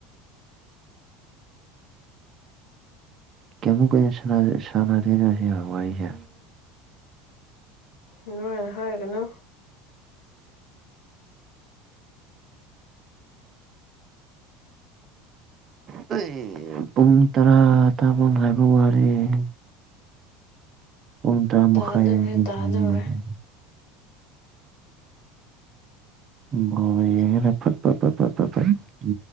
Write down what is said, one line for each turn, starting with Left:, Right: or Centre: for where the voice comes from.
Right: ꯀꯌꯥꯝ ꯃꯨꯛꯀꯧꯏ ꯁꯅꯥꯔꯤꯔꯥ ꯁꯤ ꯑꯋꯥꯔꯤꯁꯦ
Left: ꯑꯗꯨꯃꯥꯢꯅ ꯍꯥꯏꯒꯅꯣ
Right: ꯑꯩ ꯄꯨꯡ ꯇꯔꯥ ꯇꯥꯕ ꯉꯥꯏꯕ ꯋꯥꯔꯦ ꯄꯨꯡ ꯇꯔꯥ ꯃꯈꯥꯢ
Left: ꯇꯥꯗꯧꯔꯦ
Right: <unintelligible>
Left: ꯇꯥꯗꯧꯔꯦ
Right: ꯕꯣꯜ ꯌꯦꯡꯔ ꯐꯠ ꯐꯠ ꯐꯠ <unintelligible>